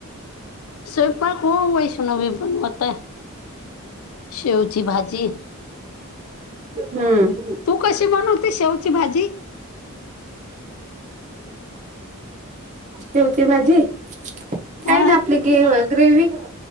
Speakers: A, on the left; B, on the right.
A: स्वयंपाक हो वैष्णवी बणवताय. शेवची भाजी.
B: हम्म.
A: तू कशी बनवते शेवची भाजी?
B: तेवती भाजी काय
A: अ
B: ना आपली गेव ग्रेवी.